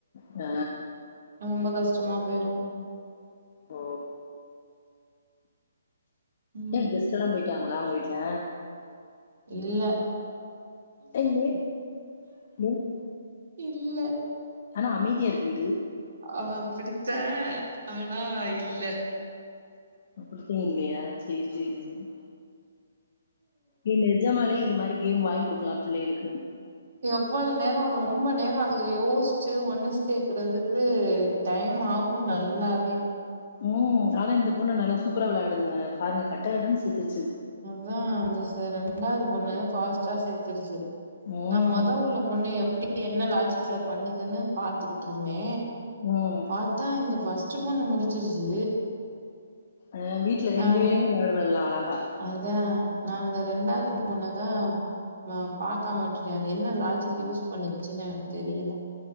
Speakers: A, on the left; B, on the right.
A: அ
B: ரொம்ப கஷ்டமா போய்ரு
A: ஓ
B: ம்
A: ஏ கெஸ்ட் எல்லா பேய்ட்டாங்களா உங்க வீட்ல
B: இல்ல
A: ஏ நேத் நேத்
B: இல்ல
A: ஆனா அமைதியா இருக்கு வீடு
B: ஆனா அப்படித்த ஆனா இல்ல
A: அப்படித்தே இல்லையா சேரி சேரி சேரி ஏ நெஜமாலே இது மாரி கேம் வாங்கி குடுக்கலா பிள்ளைகளுக்கு
B: எவ்வளோ நேரோ ரொம்ப நேரோ அதுக யோசிச்சு ஒன்னுச் சேக்குறதுக்கு டைம் ஆகு நல்லாவே
A: ம் ஆனா இந்த பொண்ணு நல்லா சூப்பரா விளையாடுதுங்க பாருங்க கட்ட கடன்னு சேத்திருச்சு
B: அதா அந்த ச ரெண்டாவது பொண்ணு ஃபாஸ்டா சேத்துருச்சு
A: ம்.
B: நா மொத உள்ள பொண்ணு எப்டி என்ன லாஜிக்ல பண்ணுதுன்னு பாத்துக்கிட்டு இருந்தே
A: ம்
B: பாத்தா இந்த பஸ்ட்டு பொண்ணு முடிச்சிருச்சு
A: அ வீட்டுல ரெண்டு
B: ஆ
A: பேருமே விளையாடுவாலு அழகா
B: அதா நா இந்த ரெண்டாவது பொண்ண தா நா பாக் காம உட்டுடே அது என்ன லஜிக் யூஸ் பண்ணுச்சுன்னு எனக்கு தெரியல